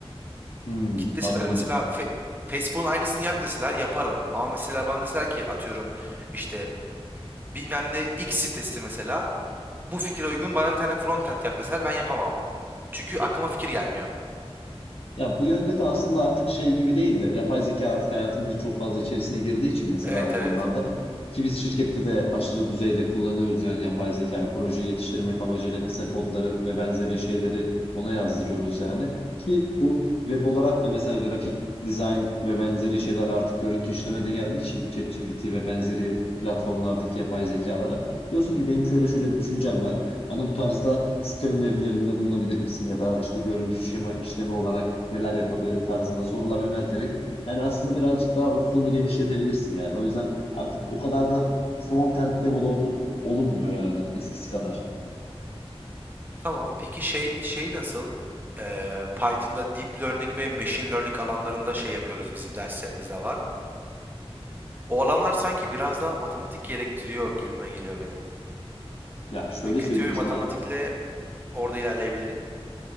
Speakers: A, on the left; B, on the right.
A: Hmm,
B: Git deseler
A: anladım.
B: mesela Fe- Facebook'un aynısını yap deseler yaparım. Ama mesela bana deseler ki atıyorum işte bilmem ne X sitesi mesela bu fikre uygun bana bir tane frontend yap deseler ben yapamam. Çünkü aklıma fikir gelmiyor.
A: Ya bu yönde de aslında artık şey gibi değil de yapay zeka artık hayatımızın çok fazla içerisine girdiği için mesela
B: Evet
A: bu konularda
B: evet.
A: ki biz şirkette de aşırı düzeyde kullanıyoruz yani yapay zekayı projeyi yetiştirmek amacıyla kısa kodları ve benzeri şeyleri ona yazdırıyoruz yani ki bu web olarak da mesela grafik dizayn ve benzeri şeyler artık görüntü işleme de geldiği için ChatGPT ve benzeri platformlardaki yapay zekalara diyorsun ki benim şöyle şöyle bir düşüncem var. Bana bu tarzda site önerilerinde bulunabilir misin ya da işte görüntü şema işleme olarak neler yapabilirim tarzında sorular yönelterek yani aslında birazcık daha ufkunu genişletebilirsin yani. O yüzden artık o kadar da front-end developer olunmuyor yani eskisi kadar.
B: Tamam peki şey şey nasıl? Ee, Python'da deep learning ve machine learning alanlarında şey yapıyoruz bizim derslerimizde var. O alanlar sanki biraz daha matematik gerektiriyor gibime geliyor benim.
A: Ya şöyle
B: Ve kötü
A: söyleyeyim
B: bir matematikle
A: sana
B: orada ilerleyebilir miyim?